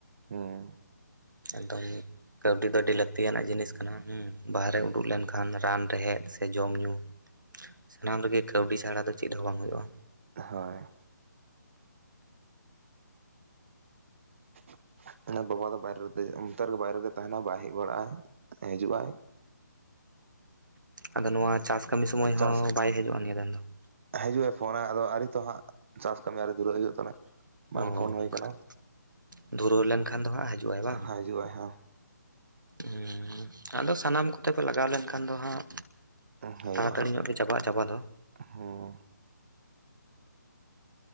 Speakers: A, on the right; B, on the right.
A: ᱦᱩᱸ
B: <inaudible> ᱮᱠᱫᱚᱢ ᱾ ᱠᱟᱹᱣᱰᱤ ᱫᱚ ᱟᱹᱰᱤ ᱞᱟᱹᱠᱛᱤᱭᱟᱱᱟᱜ ᱡᱤᱱᱤᱥ ᱠᱟᱱᱟ, ᱦᱩᱸ ᱾ ᱵᱟᱦᱨᱮ ᱩᱰᱩᱠ ᱞᱮᱱᱠᱷᱟᱱ ᱨᱟᱱ ᱨᱮᱦᱮᱫ ᱥᱮ ᱡᱚᱢ ᱧᱩᱸ ᱥᱟᱱᱟᱢ ᱨᱮᱜᱮ ᱠᱟᱹᱣᱰᱤ ᱪᱷᱟᱲᱟ ᱫᱚ ᱪᱮᱫ ᱦᱚᱸ ᱵᱟᱝ ᱦᱩᱭᱩᱜᱼᱟ ᱾
A: ᱦᱳᱭ ᱾ <unintelligible> ᱵᱟᱵᱟ ᱫᱚ ᱵᱟᱭᱨᱮ ᱨᱮ ᱚᱱᱛᱮ ᱨᱮᱜᱮ ᱵᱟᱭᱨᱮ ᱨᱮᱜᱮ ᱛᱟᱦᱮᱸᱱᱟ ᱵᱟᱭ ᱦᱮᱡ ᱵᱟᱲᱟᱜᱼᱟᱭ ᱵᱟᱭ ᱦᱤᱡᱩᱜᱼᱟᱭ ᱾
B: ᱟᱫᱚ ᱱᱚᱶᱟ ᱪᱟᱥ ᱠᱟᱹᱢᱤ ᱥᱚᱢᱟᱹᱭ ᱦᱚᱸ
A: ᱪᱟᱥ
B: ᱵᱟᱭ ᱦᱟᱹᱡᱩᱜᱼᱟᱭ ᱱᱤᱭᱟᱹ ᱫᱤᱱ ᱫᱚ ᱾
A: ᱦᱤᱡᱩᱜᱼᱟᱭ ᱯᱷᱳᱱᱟᱭ ᱟᱫᱚ ᱟᱹᱣᱨᱤ ᱛᱚ ᱦᱟᱸᱜ ᱪᱟᱥ ᱠᱟᱹᱢᱤ ᱟᱹᱣᱨᱤ ᱫᱷᱩᱨᱟᱹᱜ ᱦᱩᱭᱩᱜ <unintelligible>
B: ᱚ
A: ᱵᱟᱝ ᱯᱷᱳᱱ ᱦᱩᱭ
B: ᱚᱱᱠᱟ
A: ᱟᱠᱟᱱᱟ ᱾
B: ᱫᱷᱩᱨᱟᱹᱣ ᱞᱮᱱᱠᱷᱟᱱ ᱫᱚ ᱦᱟᱸᱜ ᱦᱟᱹᱡᱩᱜᱼᱟᱭ ᱵᱟᱝ?
A: ᱦᱤᱡᱩᱜᱼᱟᱭ ᱦᱟᱸᱜ
B: ᱦᱩᱸ ᱦᱩᱸ, ᱟᱫᱚ ᱥᱟᱱᱟᱢ ᱠᱚᱛᱮ ᱯᱮ ᱞᱟᱜᱟᱣ ᱞᱮᱱᱠᱷᱟᱱ ᱫᱚ ᱦᱟᱸᱜ
A: ᱦᱳᱭᱳᱜᱼᱟ
B: ᱛᱟᱲᱟᱛᱟᱹᱲᱤ
A: ᱦᱟᱸᱜ
B: ᱧᱚᱜ ᱜᱮ ᱪᱟᱵᱟᱜᱼᱟ
A: ᱾
B: ᱪᱟᱵᱟ ᱫᱚ
A: <inaudible> ᱦᱚᱸ